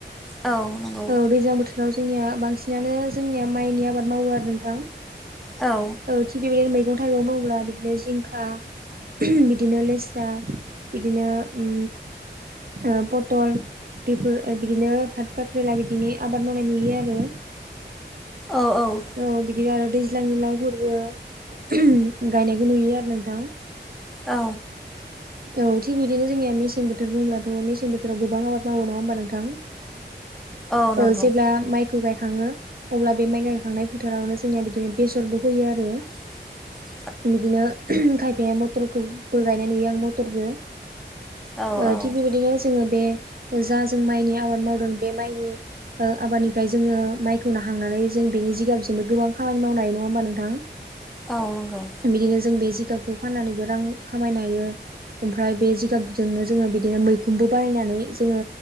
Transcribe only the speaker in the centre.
औ। नंगौ
औ।
औ औ।
औ।
औ नंगौ
<inaudible>
औ औ
औ नंगौ।